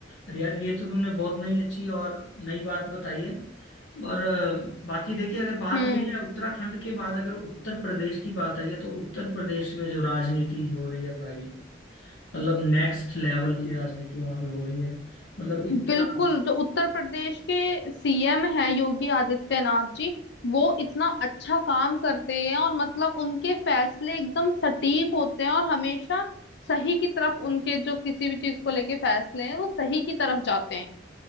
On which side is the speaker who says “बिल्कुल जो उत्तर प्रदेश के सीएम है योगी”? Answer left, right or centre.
Left